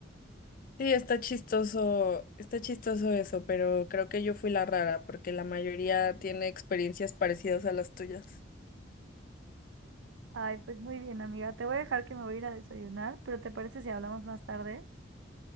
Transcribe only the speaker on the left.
Sí, está chistoso, está chistoso eso, pero creo que yo fui la rara porque la mayoría tiene experiencias parecidas a las tuyas.